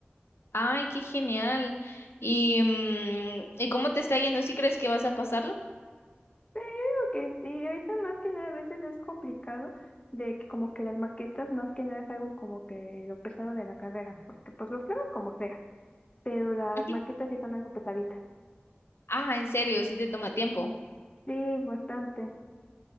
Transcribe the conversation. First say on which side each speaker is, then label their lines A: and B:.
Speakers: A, on the left; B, on the left.
A: Ay, qué genial. ¿Y, mm, ¿y cómo te está yendo? ¿Sí crees que vas a pasarlo?
B: Pero yo digo que sí, ahorita más que nada a veces es complicado de que como que las maquetas más que nada es algo como que lo pesado de la carrera, porque pues los planos como sea, pero las
A: <laughs>
B: maquetas sí son algo pesaditas.
A: Ah, en serio, sí te toma tiempo.
B: Sí, bastante.